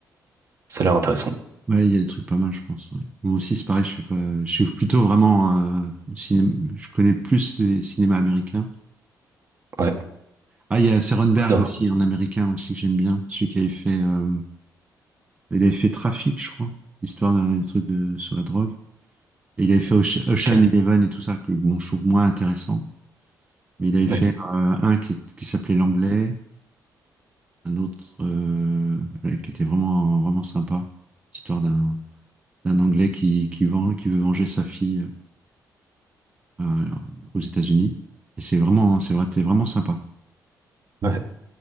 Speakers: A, on the right; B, on the right.
A: ça a l'air intéressant.
B: Ouais, il y a des trucs pas mal, je pense. ouais. Moi aussi, c'est pareil, je suis pas, je suis plutôt vraiment euh, ciné- je connais plus les cinémas américains.
A: Ouais,
B: Ah, il y a Cronenberg
A: ouais, d'accord.
B: aussi, en américain aussi que j'aime bien, celui qui avait fait, euh, il avait fait Trafic, je crois, histoire d'un truc de sur la drogue. Et il avait fait Oce- Ocean
A: Ok.
B: Eleven et tout ça, que bon, je trouve moins intéressant. Mais il avait
A: Mais,
B: fait euh, un qui, qui s'appelait L'Anglais, un autre euh, ouais, qui était vraiment vraiment sympa, histoire d'un d'un Anglais qui qui venge- qui veut venger sa fille. euh. euh, aux États-Unis. Et c'est vraiment, hein, c'est vrai, c'était vraiment sympa.
A: ouais.